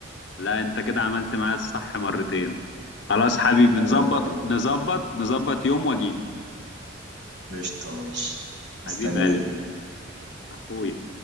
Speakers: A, on the left (about 60°); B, on the right (about 60°).
A: لا انت كده عملت معايا الصح مرتين خلاص حبيبي
B: قلبي
A: نظبط
B: يا اخويا
A: نظبط نظبط يوم واجيلك
B: قشطة ماشي مستنيك
A: حبيب قلبي اخويا